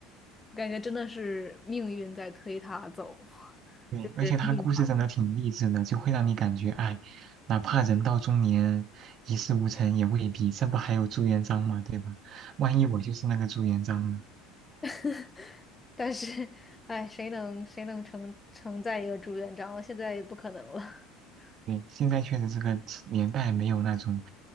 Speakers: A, on the left; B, on the right.
A: 我感觉真的是命运在推他走，<laughs>
B: 对，
A: 就是命吧。
B: 而且他故事真的挺励志的，就会让你感觉，哎，哪怕人到中年一事无成也未必，这不还有朱元璋吗？对吧？万一我就是那个朱元璋呢？
A: <laughs> 但是，哎，谁能谁能承承载一个朱元璋？现在也不可能了。<laughs>
B: 对，现在确实这个年代没有那种，